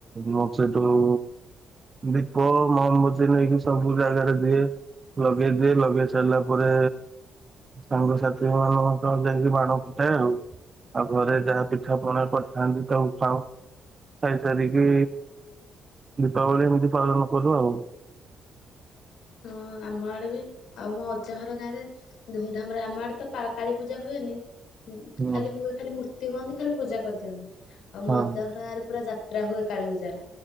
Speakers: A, on the right; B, on the left.
A: ମୁଁ ସେଇଠୁ। ଦୀପ, ମହମବତୀ ନେଇକି ସବୁ ଜାଗାରେ ଦିଏ। ଲଗେଇଦେ ଲଗେଇ ସାରିଲା ପରେ ସାଙ୍ଗସାଥି ମାନ ଲଗେଇକି ବାଣ ଫୁଟାଏ ଆଉ ଆଉ ଘରେ ଯାହା ପିଠା ପଣା କରିଥାନ୍ତି ତାକୁ ଖାଉ ଖାଇ ସାରିକି ଦୀପାବଳୀ ଏମିତି ପାଳନ କରୁ ଆଉ।
B: ହଁ ଆମ ଆଡେ ବି ଆଉ ମୋ ଅଜା ଘର ଗାଁରେ। ଧୁମଧାମରେ ଆମ ଆଡେ ତ ପା କାଳୀ ପୂଜା ହୁଏନି। ଉଁ
A: ହୁଁ
B: ଖାଲି ହୁଏ ଖାଲି ମୂର୍ତ୍ତି ହୁଅନ୍ତି ଖାଲି ପୂଜା କରିଦିଅନ୍ତି ଆଉ ମୋ
A: ହଁ
B: ଅଜା ଘର ଗାଁରେ ପୁରା ଯାତ୍ରା ହୁଏ କାଳୀପୂଜାର